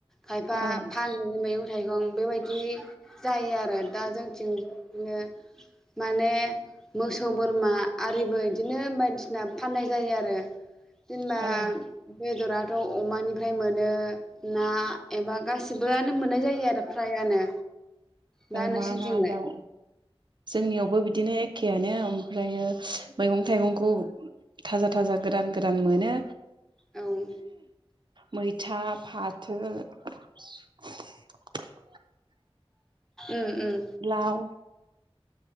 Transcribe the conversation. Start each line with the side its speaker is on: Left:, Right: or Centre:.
Centre: खायफा
Right: औ
Centre: फानो। मैगं-थाइगं बेबायदि जायो आरो दा जोंथिंबो बिदिनो माने मोसौ बोरमा आरिबो इदिनो बायदिसिना फाननाय जायो आरो। जेनेबा
Right: औ औ
Centre: बेदर <unintelligible> दाव अमानिफ्राय मोनो ना एबा गासिबोआनो मोननाय जायो आरो फ्रायानो। दा
Right: अमा,
Centre: नोंसिनिथिंलाय
Right: ना, दाउ जोंनियावबो बिदिनो एखेआनो ओमफ्रायो मैगं-थाइगंखौ थाजा-थाजा गोदान-गोदान मोनो।
Centre: औ उम
Right: मैथा, फाथो <unintelligible>
Centre: ओम-ओम।
Right: लाव